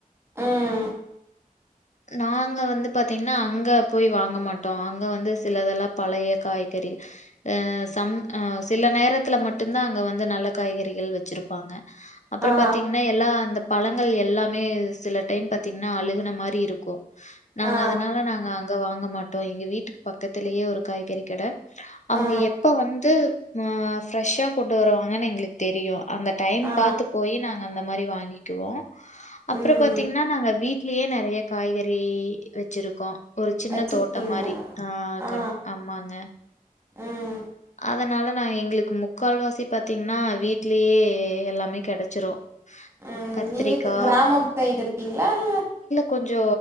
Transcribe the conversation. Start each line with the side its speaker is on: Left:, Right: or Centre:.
Right: ம்
Left: நாங்க வந்து பாத்தீங்கன்னா அங்க போய் வாங்க மாட்டோ அங்க வந்து சிலதெல்லா பழய காய்கறி ஆ. சம் ஆ சில நேரத்துல மட்டுந்தா அங்க வந்து நல்ல காய்கறிகள் வச்சிருப் பாங்க அப்ரோ
Right: ஆ
Left: பாத்தீங்கன்னா எல்லா அந்த பழங்கள் எல்லாமே சில டைம் பாத்தீங்கன்னா அழுகுன மாறி இருக் கோ நாங்க
Right: ஆ
Left: அதனால நாங்க அங்க வாங்கப் மாட்டோ எங்க வீட்டுக்கு பக்கத்துலேயே ஒரு காய்கறி கட அவங்க
Right: ஆ
Left: எப்ப வந்து மஆ ஃப்ரெஷ்ஷா கொண்டு வருவாங்கன்னு எங்களுக்கு தெரியும் அந்த டைம்
Right: ஆ ஆ
Left: பாத்து போய் நாங் அந்த மாறி வாங்கிக்குவோம் அப்புறோ
Right: ம்
Left: பாத்தீங்கன்னா நாங்க வீட் லியே நெறைய காய்கறி வச்சிருக்கோம் ஒரு சின்ன
Right: வச்சிருக்கீங்களா
Left: தோட்ட மாறி ஆஆ
Right: ஆ
Left: கண் ஆமாங்க
Right: ஆ ம்
Left: அதனால நா எங்ளுக்கு முக்கால் வாசி பாத்தீங்கன்னா வீட்லேயே எல்லாமே கெடைச்சிரும்
Right: உம்
Left: கத்திரிக்கா
Right: நீங்க கிராம சைடு இருக்கீங்களா இல்ல
Left: கொஞ்சோ